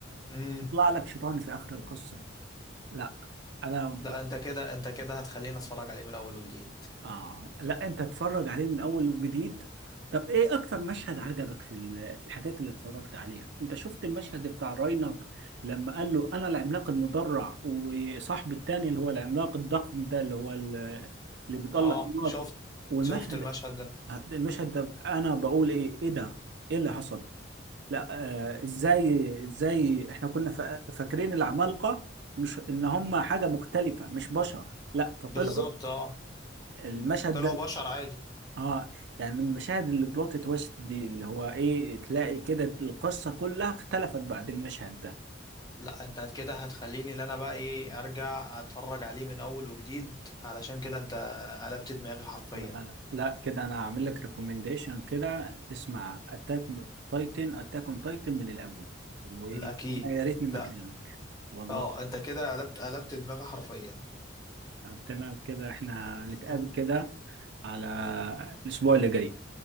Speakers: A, on the left (about 20°); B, on the right (about 60°).
A: مم.
B: يطلع لك شيطان في اخر القصه لا انا
A: ده انت كده انت كده هتخليني اتفرج عليه من الاول وجديد
B: اه لا انت تتفرج عليه من اول وجديد طب ايه اكتر مشهد عجبك في ال- في الحاجات اللي اتفرجت عليها انت شفت المشهد بتاع راينر لما قال له انا العملاق المدرع وصاحبي التاني اللي هو العملاق الضخم ده اللي هو ال- اللي بيطلع
A: اه
B: النار
A: شفت
B: والمشهد
A: شفت المشهد ده
B: المشهد ده انا بقول ايه ايه ده ايه اللي حصل لا آه ازاي ازاي احنا كنا فا- فاكرين العمالقة مش ان هم حاجة مختلفة مش بشر لا ده طلعوا
A: بالظبط اه
B: المشهد
A: طلعوا
B: ده
A: بشر عادي
B: اه يعني من المشاهد اللي بلوت تويست دي اللي هو ايه تلاقي كده القصه كلها اختلفت بعد المشهد ده
A: لا انت كده هتخليني اللي انا بقى ايه ارجع اتفرج عليه من اول وجديد علشان كده انت قلبت دماغي حرفيا
B: لا لا لا كده انا هعمل لك ريكومنديشن كده تسمع اتاك تايتن اتاك اون تايتن من الاول وانا
A: لا اكيد
B: يا ريتني مكانك
A: لا
B: والله
A: اه انت كده قلبت قلبت دماغي حرفيا
B: طب تمام كده احنا نتقابل
A: <laughs>
B: كده على الاسبوع اللي جاي